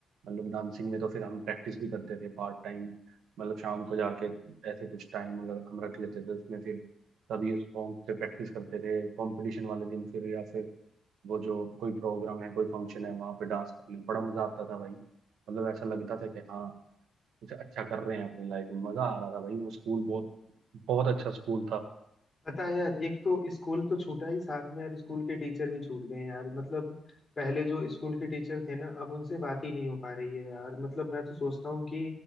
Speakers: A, on the right; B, on the left.
A: मतलब डांसिंग में तो फिर हम प्रैक्टिस भी करते थे पार्ट टाइम मतलब शाम को जाके ऐसे कुछ टाइम मतलब हम रख लेते थे उसमें फिर सभी सॉन्ग पे प्रैक्टिस करते थे कंपटीशन वाले दिन फिर या फिर वो जो कोई प्रोग्राम है कोई फंक्शन है वहाँ पे डांस करने में बड़ा मजा आता था भाई मतलब ऐसा लगता था कि हाँ कुछ अच्छा कर रहे हैं अपनी लाइफ में मजा आ रहा था भाई वो स्कूल बहुत बहुत अच्छा स्कूल था
B: पता है यार एक तो स्कूल तो छूटा ही साथ में यार स्कूल के टीचर भी छूट गए हैं यार मतलब पहले जो स्कूल के टीचर थे ना अब उनसे बात ही नहीं हो पा रही है यार मतलब मैं तो सोचता हूँ कि